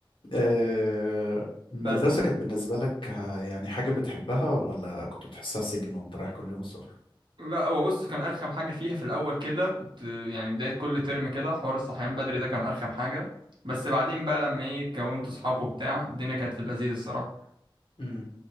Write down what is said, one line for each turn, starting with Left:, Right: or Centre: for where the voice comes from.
Left: آه، المدرسة
Right: بس
Left: كانت بالنسبة لك آه، يعني حاجة بتحبها ولا كنت بتحسها سجن وأنت رايح كل يوم الصبح؟
Right: لا هو بص كان ارخم حاجه فيها في الاول كده كنت يعني بدايه كل ترم كده حوار الصحيان بدري ده كان ارخم حاجه بس بعدين بقى لما ايه كونت اصحابه وبتاع الدنيا كانت في اللذيذ الصراحه
Left: امم